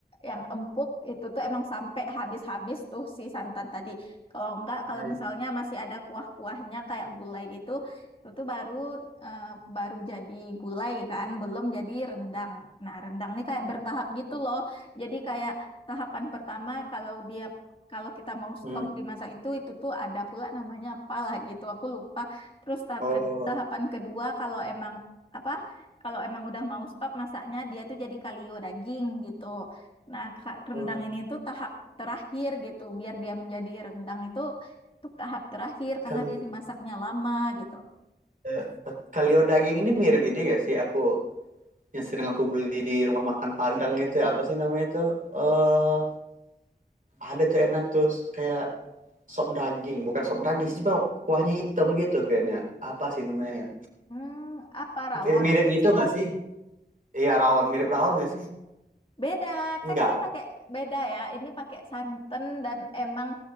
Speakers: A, on the left; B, on the right.
A: yang empuk itu tuh emang sampai habis-habis tuh si santan tadi. Kalau enggak,
B: iya,
A: kalau
B: iya.
A: misalnya masih ada kuah-kuahnya kayak gulai gitu, itu tuh baru eh, baru jadi gulai kan, belum jadi rendang. Nah, rendang nih kayak bertahap gitu loh. Jadi kayak tahapan pertama kalau dia kalau kita mau stop
B: Hmm.
A: di masa itu itu tuh ada pula namanya apalah gitu. Aku lupa. Terus tahap
B: Oh,
A: ke- tahapan kedua kalau emang apa? Kalau emang udah mau stop masaknya dia tuh jadi kalio daging gitu. Nah, ka- rendang
B: oh.
A: ini tuh tahap terakhir gitu. Biar dia menjadi rendang itu tuh tahap terakhir karena
B: Kal-
A: dia dimasaknya lama gitu.
B: eh, Kalio daging ini mirip ini gak sih? Aku yang sering aku beli di rumah makan Padang itu ya apa sih namanya tuh Eh, ada tuh enak tuh kayak sop daging, bukan sop daging sih, Bang. Kuahnya hitam gitu kayaknya. Apa sih namanya? ya?
A: Hmm, apa rawon?
B: Mirip-mirip gitu nggak sih? Iya rawon, mirip rawon nggak sih?
A: Beda,
B: Enggak.
A: kan ini pakai beda ya. Ini pakai santan dan emang